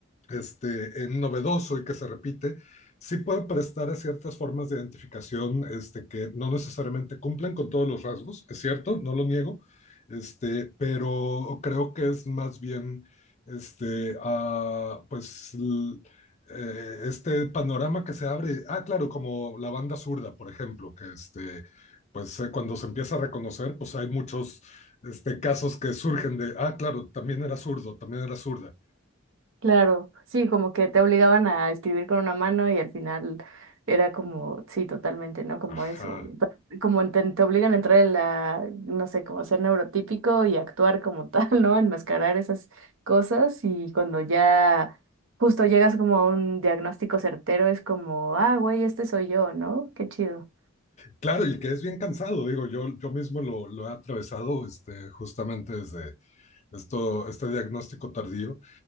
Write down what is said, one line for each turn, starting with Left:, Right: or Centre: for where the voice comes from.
Left: este, eh, novedoso y que se repite, sí puede prestar a ciertas formas de identificación este, que no necesariamente cumplen con todos los rasgos, es cierto, no lo niego, este, pero creo que es más bien este, ah pues, l- eh, este panorama que se abre, ah, claro, como la banda zurda, por ejemplo, que este, pues eh, cuando se empieza a reconocer, pues hay muchos este, casos que surgen de, ah, claro, también era zurdo, también era zurda.
Right: Claro, sí, como que te obligaban a escribir con una mano y al final era como, sí, totalmente, ¿no? Como
Left: Ajá.
Right: eso, pe- como te, te obligan a entrar en la, no sé, como ser neurotípico y actuar como <laughs> tal, ¿no? Enmascarar esas cosas y cuando ya justo llegas como a un diagnóstico certero es como, ah, güey, este soy yo, ¿no? Qué chido.
Left: Claro, y que es bien cansado, digo, yo, yo mismo lo, lo he atravesado este, justamente desde esto, este diagnóstico tardío.